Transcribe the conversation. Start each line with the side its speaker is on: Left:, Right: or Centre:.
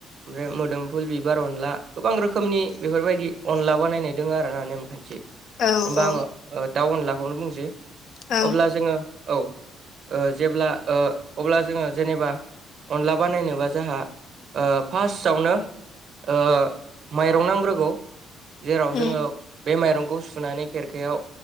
Right: ओमफ्राय मोदोमफुल बिबार अनला गोबां रोखोमनि बेफोरबायदि अनला बानायनाय दङ आरो ना होमबा
Left: औ औ
Right: आङो ओ दाउ अनलाखौनो बुंसै
Left: औ
Right: अब्ला जोङो औ ओ जेब्ला ओ अब्ला जोङो जेनेबा अनला बानायनोबा जोंहा ओ फार्स्टआवनो ओ माइरं नांग्रोगौ जेराव
Left: उम
Right: जोङो बे माइरंखौ सुनानै खेरख खायाव